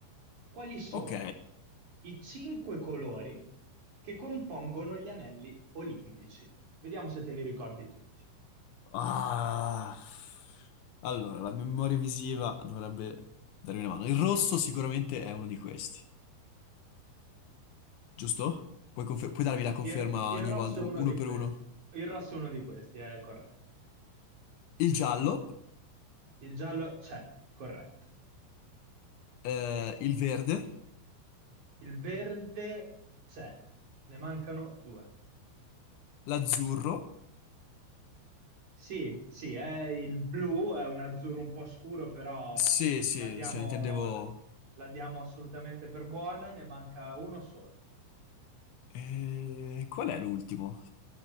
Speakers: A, on the right (about 40°); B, on the left (about 75°).
A: Quali sono
B: Ok.
A: i cinque colori che compongono gli anelli olimpici? Vediamo se te li ricordi tutti.
B: Ah. Allora, la memoria visiva dovrebbe darmi una mano. Il rosso sicuramente è uno di questi, giusto? Puoi, confer- puoi darmi la conferma
A: Il, il
B: ogni
A: rosso
B: volta,
A: è uno
B: u- uno
A: di
B: per
A: questi.
B: uno.
A: Il rosso è uno di questi, è corretto.
B: Il giallo,
A: Il giallo c'è, corretto.
B: eh, il verde,
A: Il verde c'è, ne mancano due.
B: l'azzurro.
A: Sì, sì, è il blu, è un azzurro un po' scuro, però
B: Sì, sì,
A: la diamo,
B: cioè intendevo...
A: la la diamo assolutamente per buona, ne manca uno solo.
B: Eh, qual è l'ultimo?